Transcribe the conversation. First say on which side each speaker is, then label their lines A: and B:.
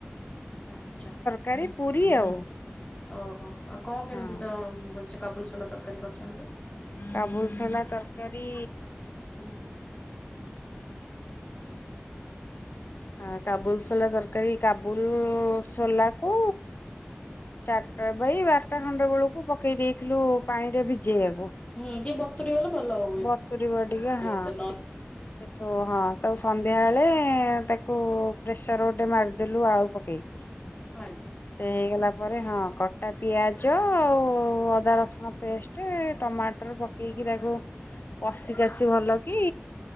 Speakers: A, on the left (about 30°); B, on the left (about 55°).
A: ଆଛା।
B: କରେ ପୁରୀ ଆଉ।
A: ଓହୋ ଆଉ କଣ
B: ହଁ
A: କେମିତି ତ କାବୁଲସଲା ତରକାରୀ କରିଛନ୍ତି?
B: କାବୁଲସୋଲା ତରକାରୀ।
A: ହୁଁ।
B: ହଁ କାବୁଲ ସୋଲା ତରକାରୀ କାବୁଲ ସୋଲା କୁ ଚାରିଟା ବାଇ ବାରଟା ଖଣ୍ଡେ ବେଳକୁ ପକେଇ ଦେଇଥିଲୁ ପାଣିରେ ଭିଜେଇବାକୁ।
A: ହୁଁ ଯିଏ ବତୁରି ଗଲେ ଭଲ ହୁଏ
B: ବତୁରିବ ଟିକେ ହଁ
A: ନହଲେ
B: ସେଠୁ ହଁ ତା ସନ୍ଧ୍ୟା ବଳେ ତାକୁ ପ୍ରେସର ଗୋଟେ ମାରିଦେଲୁ ଆଳୁ ପକେଇକି। ହ
A: ଆଜ୍ଞା।
B: ସେ ହେଇଗଲା ପରେ ହଁ କଟା ପିଆଜ ଆଉ ଅଦା ରସୁଣ ପେଷ୍ଟ ଟେ ଟମାଟର ପକେଇକି ତାକୁ କଷି କାସିି ଭଲ କି